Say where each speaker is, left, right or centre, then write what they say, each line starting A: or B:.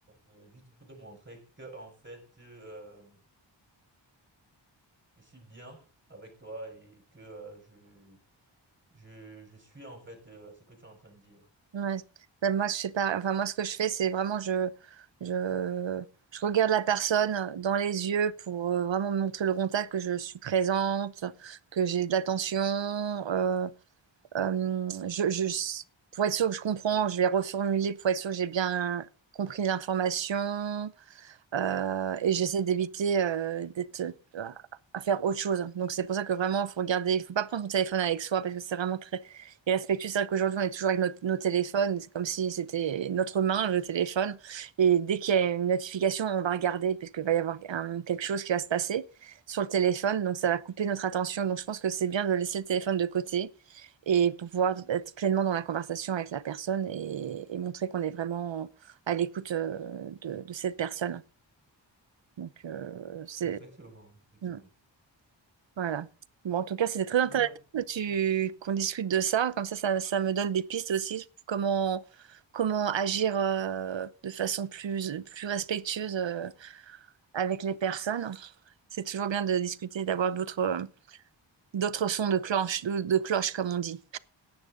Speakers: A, on the right; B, on the right.
A: euh, juste pour te montrer que, en fait, euh, je suis bien avec toi et que euh, je, je, je suis, en fait, euh, ce que tu es en train de dire.
B: Ouais. Ben, moi, je fais pas. Enfin, moi, ce que je fais, c'est vraiment je, je, je regarde la personne dans les yeux pour euh, vraiment me montrer le contact, que je suis présente, que j'ai de l'attention. euh, Euh, je, je- pour être sûr que je comprends, je vais reformuler pour être sûr que j'ai bien compris l'information. Euh, et j'essaie d'éviter euh, d'être euh, à faire autre chose. Donc c'est pour ça que vraiment, il faut regarder, il faut pas prendre son téléphone avec soi parce que c'est vraiment très irrespectueux. C'est vrai qu'aujourd'hui, on est toujours avec notre- nos téléphones, c'est comme si c'était notre main, le téléphone. Et dès qu'il y a une notification, on va regarder parce qu'il va y avoir un- quelque chose qui va se passer sur le téléphone, donc ça va couper notre attention. Donc je pense que c'est bien de laisser le téléphone de côté. Et pour pouvoir être pleinement dans la conversation avec la personne et, et montrer qu'on est vraiment à l'écoute euh, de de cette personne. Donc, euh, c'est...
A: Effectivement, effectivement.
B: mm, Voilà. Bon, en tout cas, c'était très intéressant
A: Mais non.
B: que tu... qu'on discute de ça. Comme ça, ça, ça me donne des pistes aussi. Comment, comment agir euh, de façon plus, plus respectueuse euh, avec les personnes. C'est toujours bien de discuter, d'avoir d'autres... euh, D'autres sons de cloche, de, de cloche, comme on dit.